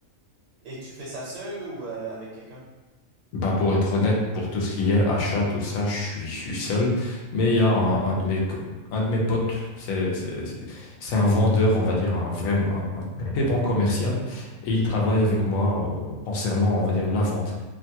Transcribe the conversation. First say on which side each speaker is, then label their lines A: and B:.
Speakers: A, on the right; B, on the left.
A: Et tu fais ça seul ou euh, avec quelqu'un?
B: Bah pour être honnête, pour tout ce qui est achat, tout ça, je suis, je suis seul. Mais il y a un, un de mes, co- un de mes potes, c'est c'est- c'est- c'est un vendeur, on va dire, un vrai, un, un très bon commercial. Et il travaille avec moi euh, concernant, on va dire, la vente.